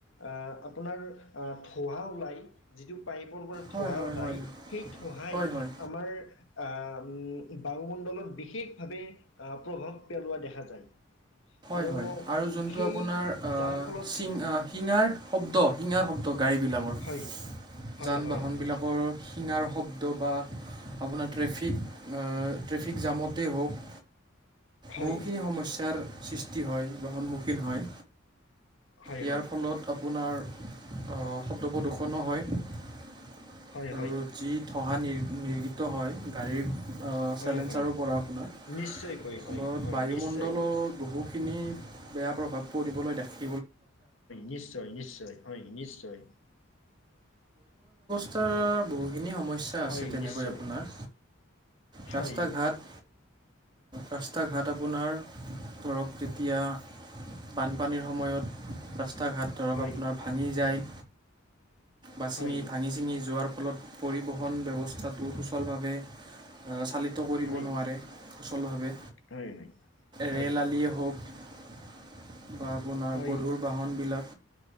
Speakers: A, on the left; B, on the right.
A: অ' আপোনাৰ ধুৱা ওলাই। যিটো পাইপৰ পৰা
B: হয়
A: ঠোহা
B: হয়
A: ঠোহা
B: হয়
A: সেই ঠোহাই
B: হয় হয়
A: আমাৰ আহ উ বায়ুমণ্ডলত বিশেষভাৱে আহ প্ৰভাৱ পেলোৱা দেখা যায়।
B: হয়
A: আৰু
B: হয় আৰু যোনটো
A: সেই
B: আপোনাৰ
A: যাৰ ফলত
B: শিঙাৰ শব্দ শিঙাৰ শব্দ গাড়ীবিলাকৰ
A: হয় হয়
B: যান
A: হয়
B: বাহনবিলাকৰ
A: হয়
B: শিঙাৰ শব্দ বা আপোনাৰ ট্ৰেফিক ট্ৰেফিক জামতেই হওক
A: হয়
B: বহুখিনি সমস্যাৰ সৃষ্টি হয় বা সন্মুখীন হয়
A: হয়
B: ইয়াৰ
A: হয়
B: ফলত আপোনাৰ শব্দ প্ৰদূ্ষণো হয়। আৰু
A: হয় হয়
B: যি ধুৱ নিৰ্গিত হয় গাড়ীৰ
A: হয়
B: চেলেঞ্জাৰো
A: হয়
B: পৰা আপোনাৰ
A: নিশ্চয়কৈ
B: ফলত
A: হয় হয়
B: বায়ুমণ্ডলত
A: নিশ্চয়কৈ
B: বহুখিনি বেয়া প্ৰভাৱ পৰিবলৈ দেখে
A: নিশ্চয় নিশ্চয় নিশ্চয়।
B: ত বহুখিনি সমস্যা আছে
A: হয়
B: তেনেকৈ
A: নিশ্চয়
B: আপোনাৰ ৰাস্তা
A: হয়
B: ঘাট ৰাস্তা ঘাট আপোনাৰ ধৰক তেতিয়া বানপানীৰ সময়ত ৰাস্তা ঘাট ধৰক
A: হয়
B: আপোনাৰ ভাঙি যায় বাছিঙি
A: হয়
B: ভাঙি ছিঙি যোৱাৰ ফলত পৰিবহণ ব্যৱস্থাটো সুচলভাৱে চালি কৰিব
A: হয়
B: নোৱাৰে সুচলভাৱে
A: হয় হয়
B: ৰেল আল আপোনাৰ
A: হয়
B: গধুৰ বাহনবিলাক